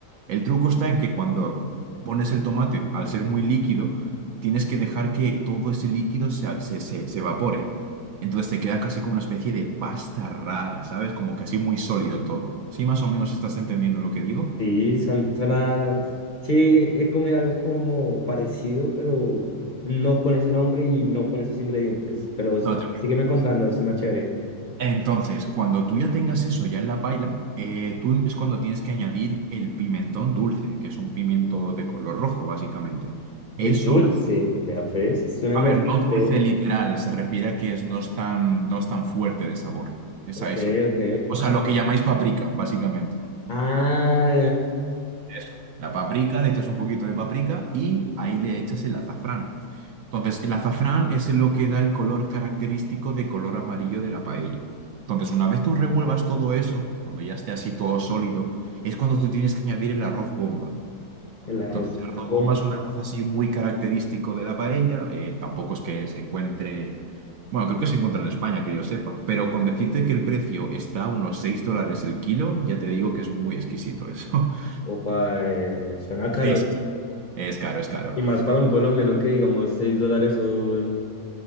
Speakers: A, on the right; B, on the left.
A: El truco está en que cuando pones el tomate, al ser muy líquido, tienes que dejar que todo ese líquido se, se, se- se evapore. Entonces te queda casi como una especie de pasta rara, ¿sabes? Como casi muy sólido todo. ¿Sí más o menos estás entendiendo lo que digo?
B: Sí, son, son a- Sí, he comido algo como parecido, pero no con ese nombre y no con esos ingredientes. Pero o sea,
A: No te preocupes.
B: sígueme contando, suena chévere.
A: Entonces, cuando tú ya tengas eso ya en la paila, eh, tú es cuando tienes que añadir el pimentón dulce, que es un pimiento de color rojo, básicamente. Eso,
B: Es dulce, vea pues, suena
A: a
B: emocionante.
A: ver, no dulce literal, se refiere a que es, no es tan, no es tan fuerte de sabor. Es
B: Ok,
A: a eso.
B: ok.
A: O sea, lo que llamáis paprika, básicamente.
B: Ah,
A: Eso. La paprika, le echas un poquito de paprika y ahí le echas el azafrán. Entonces, el azafrán es lo que da el color característico de color amarillo de la paella. Entonces, una vez tú revuelvas todo eso, cuando ya esté así todo sólido, es cuando tú tienes que añadir el arroz bomba.
B: el arroz
A: Entonces, el
B: bomba.
A: arroz bomba es un arroz así muy característico de la paella. eh, tampoco es que se encuentre, bueno, creo que se encuentra en España, que yo sepa, pero con decirte que el precio está a unos 6 dólares el kilo, ya te digo que es muy exquisito eso. <laughs>
B: Opa, eh, suena caro.
A: Sí, sí, es caro, es caro.
B: Y más para un colombiano que digamos 6 dólares son